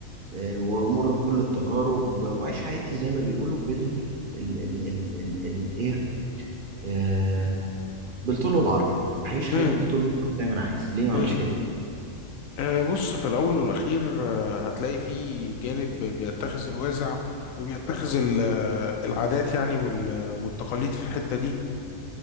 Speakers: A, on the right; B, on the left.
A: آه، وأمر بكل التجارب وأعيش حياتي زي ما بيقولوا بال ال ال ال ال ال إيه آه، بالطول والعرض أعيش حياتي
B: امم
A: بالطول والعرض زي ما أنا عايز ليه ما
B: امم
A: أعملش كده؟
B: آه، بص في الأول والأخير آه، هتلاقي فيه جانب بيتخذ الوازع وبيتخذ ال- آه، العادات يعني وال- آه، والتقاليد في الحتة دي